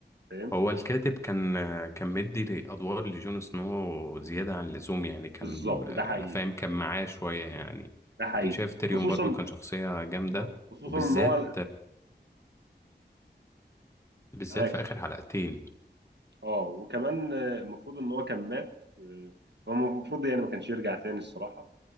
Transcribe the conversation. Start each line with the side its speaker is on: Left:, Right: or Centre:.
Right: فاهم
Left: هو الكاتب كان كان مدي أدوار لجون سنو زيادة عن اللزوم يعني كان
Right: بالظبط
Left: آه،
Right: ده حقيقي
Left: فاهم كان معاه شوية يعني
Right: ده حقيقي
Left: أنا شايف تيريون
Right: خصوصا
Left: برضو كان شخصية جامدة
Right: آه، خصوصا
Left: وبالذات
Right: ان هو
Left: بالذات
Right: معاك
Left: في آخر حلقتين
Right: اه وكمان آه، المفروض ان هو كان مات آه، هو المفروض يعني ما كانش يرجع تاني الصراحه